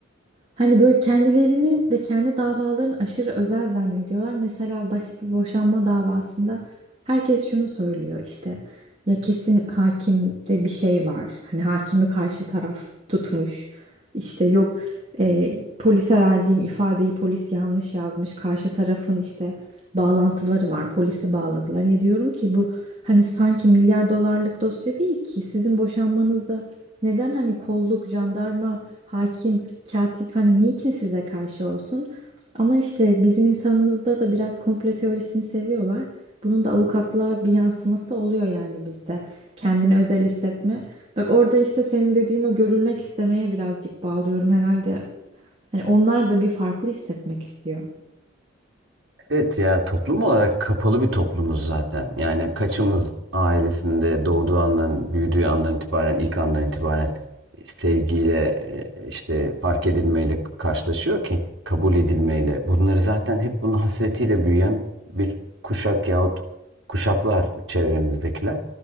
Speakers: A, on the right; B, on the right.
A: Hani böyle kendilerini ve kendi davalarını aşırı özel zannediyorlar. Mesela basit bir boşanma davasında herkes şunu söylüyor işte ya kesin hakimde bir şey var. Hani hakimi karşı taraf tutmuş. İşte yok e, polise verdiğim ifadeyi polis yanlış yazmış. Karşı tarafın işte bağlantıları var. Polisi bağladılar. Ya diyorum ki bu hani sanki milyar dolarlık dosya değil ki sizin boşanmanızda neden hani kolluk, jandarma, hakim, katip hani niçin size karşı olsun? Ama işte bizim insanımızda da biraz komplo teorisini seviyorlar. Bunun da avukatlığa bir yansıması oluyor yani bizde. Kendini özel hissetme. Bak orada işte senin dediğin o görülmek istemeye birazcık bağlıyorum herhalde. Hani onlar da bir farklı hissetmek istiyor.
B: Evet ya toplum olarak kapalı bir toplumuz zaten. Yani kaçımız ailesinde doğduğu andan, büyüdüğü andan itibaren, ilk andan itibaren e, sevgiyle, e, işte fark edilmeyle karşılaşıyor ki kabul edilmeyle. Bunları zaten hep bunun hasretiyle büyüyen bir kuşak yahut kuşaklar çevremizdekiler.